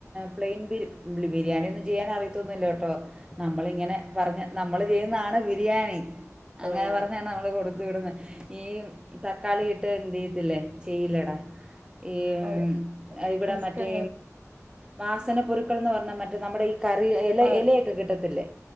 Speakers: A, on the right; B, on the right.
A: പ്ലെയിൻ ബിരി ബിരിയാണി ഒന്നും ചെയ്യാൻ അറിയത്തൊന്നു ഇല്ല കെട്ടോ നമ്മളിങ്ങനെ പറഞ് നമ്മള് ചെയ്യ്ന്നാണ് ബിരിയാണി അങ്ങനെ
B: ആഹ്
A: പറഞ്ഞാണ് നമ്മള് കൊടുത്തു വിടുന്ന ഈ തക്കാളി ഇട്ട് എന്തയ്യത്തില്ലേ ചെയ്യില്ലടാ ഈ ഉം
B: അതെ
A: ഇവടെ
B: കുസ്കങ്ങള്
A: മറ്റേ വാസനപ്പൊരുക്കൾ ന്ന് പർഞ്ഞാ മറ്റേ നമ്മുടെ ഈ കറി എല
B: ആഹ്
A: എലയൊക്കെ കിട്ടത്തില്ലേ